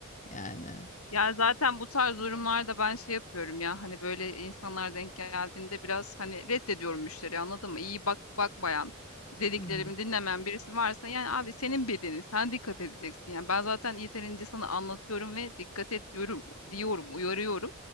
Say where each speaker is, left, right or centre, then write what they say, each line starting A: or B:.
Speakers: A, on the left; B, on the left.
A: Yani.
B: Ya zaten bu tarz durumlarda ben şey yapıyorum ya hani böyle insanlar denk geldiğinde biraz hani reddediyorum müşteriyi anladın mı? İyi bak bak bayan dediklerimi
A: Hı hı.
B: dinlemeyen birisi varsa yani abi senin bedenin sen dikkat edeceksin yani ben zaten yeterince sana anlatıyorum ve dikkat et diyorum, diyorum uyarıyorum